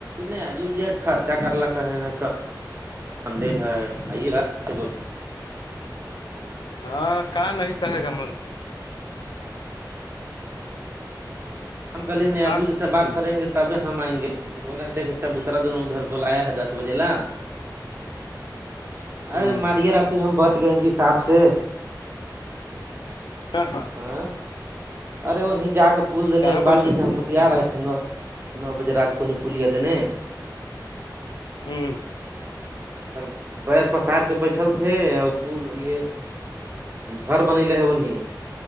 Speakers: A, on the right; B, on the left.
A: نہیں عجول ج خرچہ کرلکے ہیں سب بندے ہے آئی ب
B: ہاں کہاں نہیں کہے گا میرے کو
A: ہم کل ن
B: کا
A: اجل سے
B: خوشی
A: بات کریں
B: میں
A: گے تو تب ہم آئ گے بول رہے تھ کہ بچا بترا دونوں ادھر بلایا ہے دس <unintelligible> ارے
B: ہوں
A: مارے رہتے ہم بچ گئے جیسااب سے
B: ہاں ہاں
A: ہاں ارے وہہ جا کے پھول دینے
B: کہاں
A: ابال
B: بیٹھل
A: جی سے ہم بتیا رہے ہیں تھ نو بجے رات کونے پھلییا دنے
B: ہوں
A: سر پیر پسار کے بیٹھل تھے اور پ یہ گھر بنلے ہے اننہ